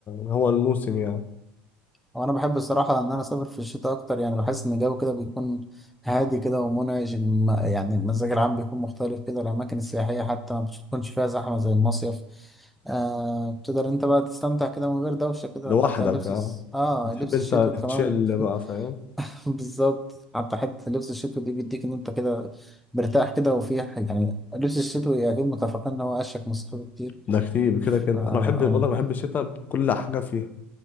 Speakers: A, on the left; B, in the centre.
A: هو الموسم يعني
B: وانا بحب الصراحه ان انا اسافر في الشتاء اكتر يعني بحس ان الجو كده بيكون هادي كده ومنعش الم- يعني المزاج العام بيكون مختلف كده الاماكن السياحيه حتى ما بتكونش فيها زحمه زي المصيف آه بتقدر انت بقى تستمتع كده من غير دوشه كده
A: لوحدك
B: حتى اللبس
A: اه
B: الس- اه
A: بتحب
B: لبس
A: انت
B: الشتوي كمان
A: تتشل بقى فاهم
B: <laughs> بالظبط حتى حته لبس الشتوي دي بيديك ان انت كده مرتاح كده وفي ح- يعني لبس الشتوي اكيد متفقين ان هو اشيك من الصيف كتير
A: ده كتير كده كده
B: اه اه
A: انا بحب بقول لك بحب الشتاء بكل حاجه فيها